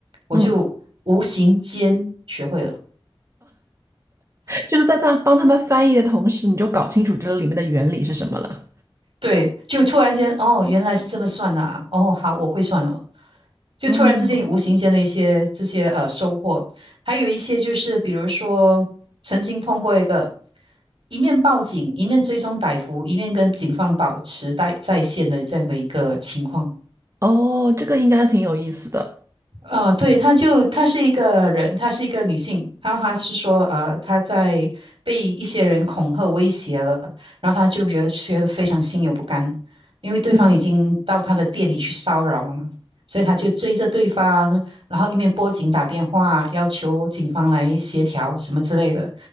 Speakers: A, on the right; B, on the right.
A: 我就无形间学会了。
B: 嗯，就是在这样帮他们翻译的同时，你就搞清楚这个里面的原理是什么了。
A: 对，就突然间哦，原来是这么算的啊哦，好，我会算了。就突然之间有无形间的一些这些呃收获，
B: 哦
A: 还有一些就是比如说曾经碰过一个一面报警，一面追踪歹徒，一面跟警方保持在在线的这样的一个情况。
B: 哦，这个应该挺有意思的。
A: 呃，对，她就她是一个人，她是一个女性，然后她是说，呃，她在被一些人恐吓威胁了，然后她就觉得觉得非常心有不甘，因为对方已经到她的店里去骚扰了嘛，
B: 嗯，
A: 所以她就追着对方，然后一面拨警打电话要求警方来协调什么之类的，